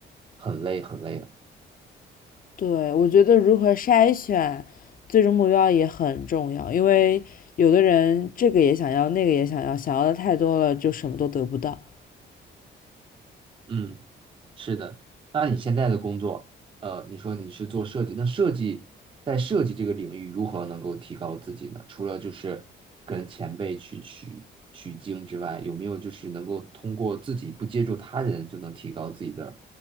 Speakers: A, on the right; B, on the left.
A: 很累很累了。
B: 对，我觉得如何筛选最终目标也很重要，因为有的人这个也想要，那个也想要，想要的太多了，就什么都得不到。
A: 嗯。是的，那你现在的工作，呃，你说你是做设计，那设计在设计这个领域如何能够提高自己呢？除了就是跟前辈去取取经之外，有没有就是能够通过自己不接触他人就能提高自己的